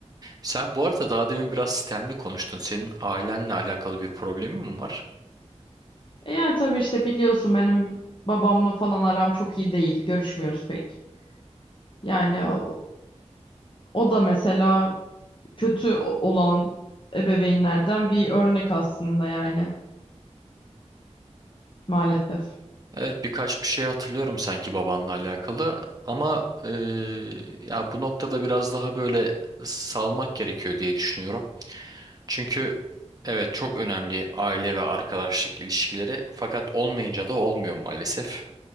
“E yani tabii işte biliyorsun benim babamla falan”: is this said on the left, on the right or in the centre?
Left